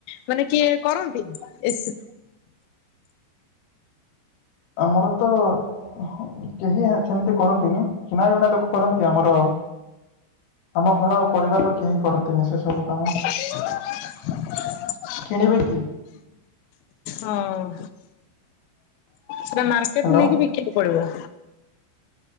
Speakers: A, on the left; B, on the left.
A: ମାନେ କିଏ କରନ୍ତି ଏସି?
B: ଆମର ତ କେହି ସେମିତି କରନ୍ତିନି ଚିନା ଜଣା ଲୋକ କରନ୍ତି ଆମର ଆଉ ଆମ ଘର ପରିବାରର କେହି କରନ୍ତିନି ସେ ସବୁ କାମ।
A: <unintelligible>
B: କିଣିବେ କି?
A: ହଁ ସେଟା ମାର୍କେଟ
B: ହ୍ୟାଲୋ
A: ନେଇକି ବିକିବାକୁ ପଡିବ?